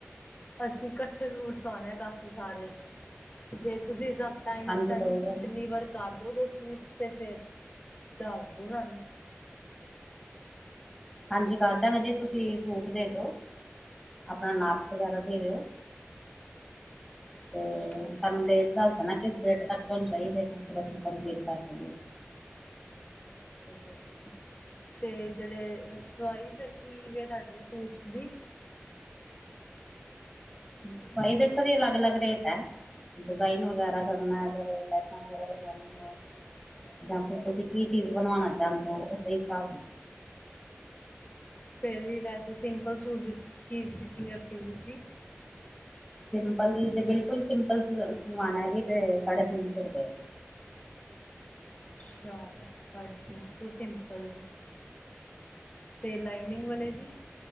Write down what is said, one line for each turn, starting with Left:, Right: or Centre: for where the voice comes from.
Left: ਅਸੀਂ ਕੱਠੇ ਸੂਟ ਸਵਾਨੇਆਂ ਕਾਫੀ ਸਾਰੇ ਜੇ ਤੁਸੀਂ ਸਾਨ ਟਾਈਮ
Centre: ਹਾਂਜੀ
Left: ਟੂ ਟਾਈਮ
Centre: ਕੋਈ ਗੱਲ ਨਹੀਂ
Left: ਡਿਲੀਵਰ ਕਰ ਦਿਉਗੇ ਸੂਟ ਤੇ ਫਿਰ ਦੱਸ ਦੋ ਸਾਨੂੰ।
Centre: ਹਾਂਜੀ ਕਰ ਦੇਣਾ ਜੀ ਤੁਸੀਂ ਸੂਟ ਦੇ ਜੋੋ। ਆਪਣਾ ਨਾਪ ਵਗੈਰਾ ਦੇ ਜਾਓ।
Left: ਅੱਛਾ
Centre: ਤੇ ਸਾਨੂੰ ਡੇਟ ਦੱਸ ਦੇਣਾ। ਕਿਸ ਡੇਟ ਤੱਕ ਤੁਹਾਨੂੰ ਚਾਹੀਦੇ ਨੇ ਫਿਰ ਅਸੀਂ ਕੰਪਲੀਟ ਕਰ ਦਦੇ।
Left: ਅੱਛਾ ਜੀ ਅੱਛਾ। ਤੇ ਜਿਹੜੇ ਅ ਸਵਾਈ ਫਿਰ ਕੀ ਵੇ ਤੁਹਾਡੇ ਸੂਟਸ ਦੀ?
Centre: ਸਵਾਹੀ ਦੇਖ ਜੀ ਅਲਗ-ਅਲਗ ਰੇਟ ਹੈ। ਡਿਜ਼ਾਇਨ ਵਗੈਰਾ ਕਰਨਾ ਅਗਰ ਲੈਸਾਂ ਵਗੈਰਾ ਲਗਵਉਣੀਆ। ਜਾਂ ਫੇਰ ਤੁਸੀਂ ਕੀ ਚੀਜ਼ ਬਣਵਾਉਣਾ ਚਾਹੁੰਦੇ ਹੋ ਓਸ ਹਿਸਾਬ
Left: ਫੇਰ ਵੀ ਵੈਸੇ ਸਿੰਪਲ ਸੂਟ ਜਿਸ ਕੀ ਸਟਿਚਿੰਗ ਰੱਖੀ ਤੁਸੀਂ?
Centre: ਸਿੰਪਲ ਜ ਜੇ ਬਿਲਕੁਲ ਸਿੰਪਲ ਸਲ ਸਿਵਾਨਾ ਹੈ ਜੀ ਤੇ ਸਾਢੇ- ਤਿੰਨ ਸੋ ਰੁਪਏ।
Left: ਅੱਛਾ ਸਾਢੇ ਤਿੰਨ ਸੌ ਸਿੰਪਲ ਦੀ। ਤੇ ਲਾਈਨਿਂਗ ਵਾਲੇ ਦੀ।